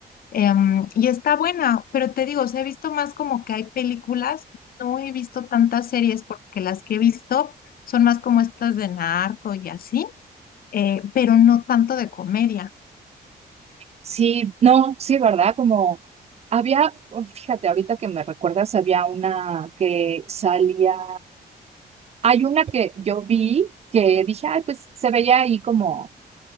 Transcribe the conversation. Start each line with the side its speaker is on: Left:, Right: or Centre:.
Left: Em, y está buena, pero te digo, o sea, he visto más como que hay películas, no he visto tantas series porque las que he visto son más como estas de narco y así eh, pero no tanto de comedia.
Right: sí, no, sí, ¿verdad? Como había, oh, fíjate, ahorita que me recuerdas, había una que salía, hay una que yo vi que dije, ay, pues se veía ahí como,